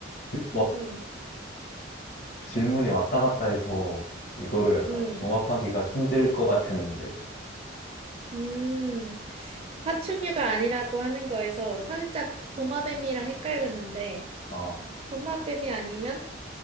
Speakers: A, on the left (about 50°); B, on the right (about 30°).
A: 그, 막,
B: 응,
A: 질문이 왔다 갔다 해서 이거를 약간
B: 응.
A: 종합하기가 힘들 것 같았는데,
B: 음, 파충류가 아니라고 하는 거에서 살짝 도마뱀이랑 헷갈렸는데,
A: 아,
B: 도마뱀이 아니면